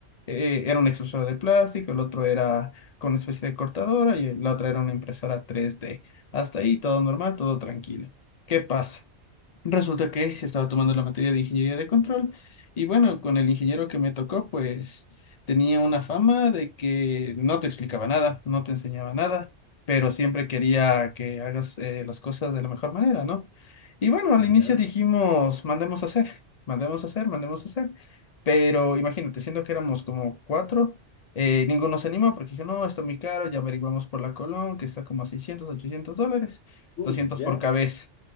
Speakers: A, on the left (about 55°); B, on the left (about 85°).
A: Eh, era una extrusora de plástico, el otro era con una especie de cortadora y la otra era una impresora tres d Hasta ahí todo normal, todo tranquilo. ¿Qué pasa? Resulta que estaba tomando la materia de ingeniería de control y bueno, con el ingeniero que me tocó, pues tenía una fama de que no te explicaba nada, no te enseñaba nada, pero siempre quería que hagas eh, las cosas de la mejor manera, ¿no? Y bueno, al
B: Ya.
A: inicio dijimos, mandemos a hacer, mandemos a hacer, mandemos a hacer, pero imagínate, siendo que éramos como cuatro, eh, ninguno se animó porque dijo, no, está muy caro, ya averiguamos por la Colón, que está como a 600, 800 dólares,
B: Uy,
A: 200
B: ya.
A: por cabeza.